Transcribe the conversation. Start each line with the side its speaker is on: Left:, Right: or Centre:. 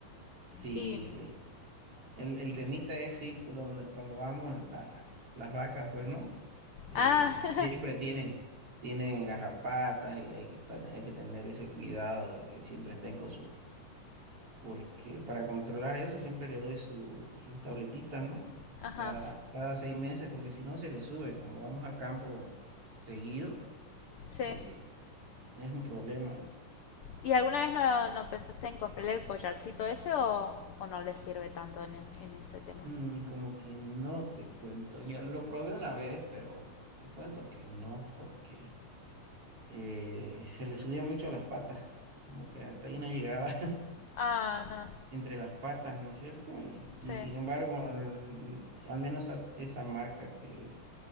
Right: Sí,
Left: Y...
Right: le- el, el temita es sí, cuando, cuando vamos, la- las vacas, pues no, Eh,
Left: Ah, <laughs>
Right: siempre tienen, tienen garrapatas y hay que, tan- hay que tener ese cuidado de que siempre estén con su... Porque para controlar eso siempre le doy su, sus tabletitas, ¿no?
Left: ajá,
Right: Cada, cada seis meses, porque si no se le suben, como vamos al campo seguido
Left: sí.
Right: eh, es un problema.
Left: ¿Y alguna vez no, no pensaste en comprarle el collarcito ese o, o no le sirve tanto en, en ese tema?
Right: Mm, como que no te cuento. Ya lo probé una vez, pero te cuento que no, porque eh, se le subía mucho a las patas. Como que hasta ahí no llegaba
Left: Ah, no,
Right: <laughs> entre las patas, ¿no es cierto? Y, y
Left: sí.
Right: sin embargo, al al menos a- esa marca que,